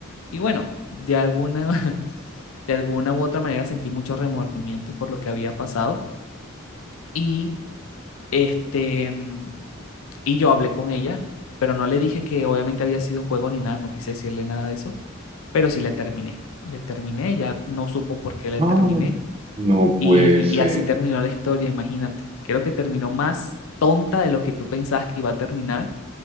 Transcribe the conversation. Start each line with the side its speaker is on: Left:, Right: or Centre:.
Left: Y bueno, de alguna, <laughs> de alguna u otra manera sentí mucho remordimiento por lo que había pasado y este, mm, y yo hablé con ella, pero no le dije que obviamente había sido un juego ni nada, no quise decirle nada de eso, pero sí le terminé. Le terminé, ella no supo por qué le
Right: Ay,
Left: terminé
Right: no
Left: y,
Right: puede ser.
Left: y así terminó la historia, imagínate. Creo que terminó más tonta de lo que tú pensabas que iba a terminar